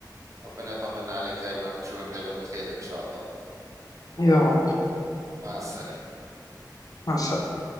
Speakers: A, on the right; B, on the left.
A: ربنا يطمنا عليك دايما نشوفك دايما بخير ان شاء الله
B: يا رب
A: مع السلامة
B: مع السلامه